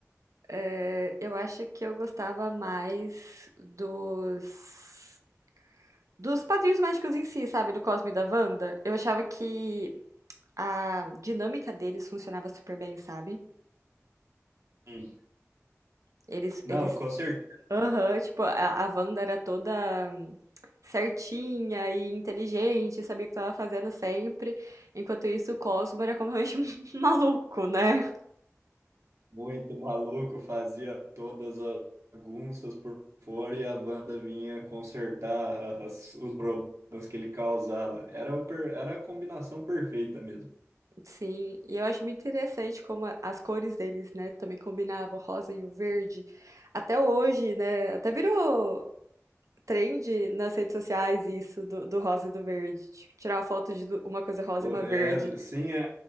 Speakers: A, on the right; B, on the right.
A: É, eu acho que eu gostava mais dos. Dos Padrinhos Mágicos em si, sabe? Do Cosmo e da Wanda, eu achava que a dinâmica deles funcionava super bem, sabe?
B: Sim.
A: Eles,
B: Não,
A: eles,
B: com certeza.
A: aham, tipo, a, a Wanda era toda hum, certinha e inteligente, sabia o que estava fazendo sempre. Enquanto isso, o Cosmo era completamente <laughs> maluco, né?
B: Muito maluco, fazia todas as bagunças por fora e a Wanda vinha consertar as- os problemas que ele causava. Era, o per- era a combinação perfeita mesmo.
A: Sim, e eu acho muito interessante como a- as cores deles, né, também combinavam, o rosa e o verde. Até hoje, né, até virou trend nas redes sociais isso do, do rosa e do verde. Tipo, tirar a foto de du- uma coisa rosa
B: O-
A: e uma
B: É,
A: verde.
B: sim, é-